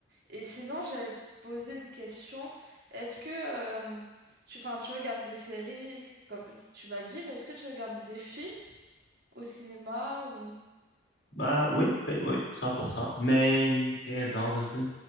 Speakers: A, on the right; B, on the left.
A: Et sinon, j'allais te poser une question. Est-ce que euh, tu, enfin, tu regardes des séries, comme tu m'as dit, mais est-ce que tu regardes des films au cinéma ou...
B: Bah oui, oui, oui, 100%. Mais quel genre de film?